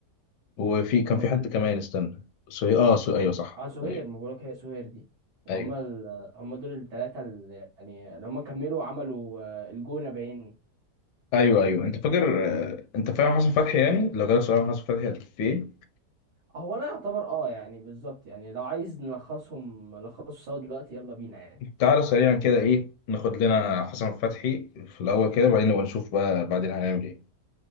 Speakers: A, on the left; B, on the right.
A: وفي كان
B: هم
A: في
B: دول
A: حد كمان استنى سوي اه سوي ايوه صح
B: اه سهير
A: ايوه
B: ما بقولك هي سهير دي وهم
A: ايوه
B: ال... هم دول الثلاثة اللي يعني اللي هم كملوا وعملوا آه، الجونة بعيني
A: ايوه ايوه انت فاكر آه، انت فاهم حسن فتحي يعني لو جالك سؤال عن حسن فتحي هتقول في ايه
B: آه، هو انا يعتبر اه يعني بالظبط يعني لو عايز نلخصهم نلخصه سوا دلوقتي يلا بينا يعني
A: تعالى سريعا كده ايه ناخد لنا حسن فتحي في الاول كده وبعدين نبقى نشوف بقى بعدين هنعمل ايه